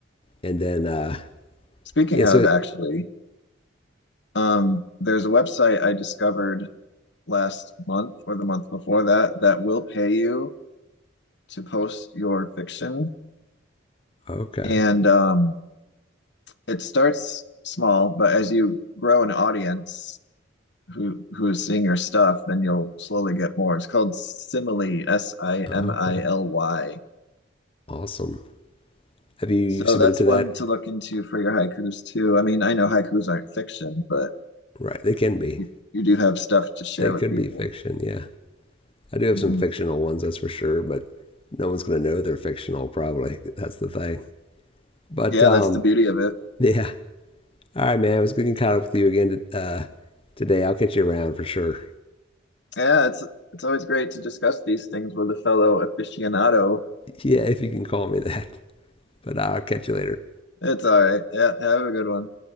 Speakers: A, on the left (about 30°); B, on the left (about 60°).
A: and then uh,
B: Speaking
A: yeah,
B: of,
A: so it,
B: actually, Um, there's a website I discovered last month or the month before that that will pay you to post your fiction.
A: okay,
B: And um, it starts small, but as you grow an audience who who is seeing your stuff, then you'll slowly get more. It's called Simile, S I
A: Oh,
B: M I
A: Okay.
B: L Y.
A: Awesome. Have you you've
B: So
A: submitted
B: that's
A: to
B: one
A: that?
B: to look into for your haikus too. I mean, I know haikus aren't fiction, but
A: Right. They can be.
B: you, you do have stuff to share
A: They could
B: with people.
A: be fiction. Yeah. I do have
B: hmm
A: some fictional ones, that's for sure, but no one's going to know they're fictional, probably. That's the thing. But
B: Yeah,
A: um,
B: that's the beauty of it.
A: yeah. All right, man. It was good getting caught up with you again uh, today. I'll catch you around for sure.
B: Yeah, it's it's always great to discuss these things with a fellow aficionado.
A: Yeah, if you can call me that. But I'll catch you later.
B: It's all right. Yeah, have a good one.